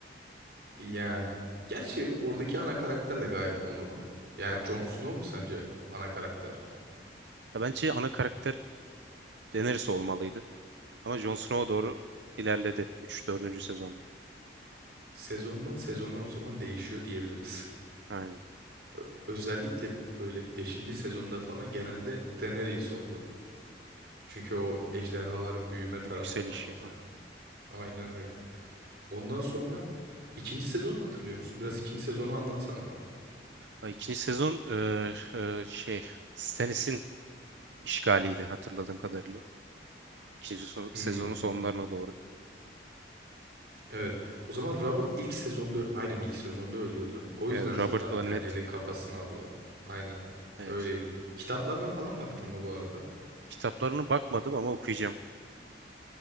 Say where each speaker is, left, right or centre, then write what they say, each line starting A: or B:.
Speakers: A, on the right; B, on the right.
A: yani gerçi oradaki ana karakter de gayet onurlu. Yani Jon Snow mu sence ana karakter?
B: ya, bence ana karakter Daenerys olmalıydı. Ama Jon Snow'a doğru ilerledi üç dördüncü sezonda.
A: Sezondan sezona o zaman değişiyor diyebiliriz.
B: Aynen.
A: <laughs> Özellikle böyle beşinci sezonda falan genelde Daenerys oldu. Çünkü o ejderhaların büyüme tarafı
B: Yükselişi.
A: falan filan. Aynen öyle. Ondan sonra ikinci sezonu hatırlıyor musun? Biraz ikinci sezonu anlatsana bana.
B: Ay, İkinci sezon e, e, şey Stannis'in işgaliydi hatırladığım kadarıyla. İkinci son-
A: Hmm.
B: sezonun sonlarına doğru.
A: Evet. O zaman Robert ilk sezonda aynen ilk sezonda ölüyordu. O
B: Evet,
A: yüzden zaten
B: Robert Barnett.
A: Ned'in kafasını alıyordu. Aynen.
B: Evet.
A: Öyleydi. Kitaplarına falan baktın mı bu arada?
B: Kitaplarını bakmadım ama okuyacağım.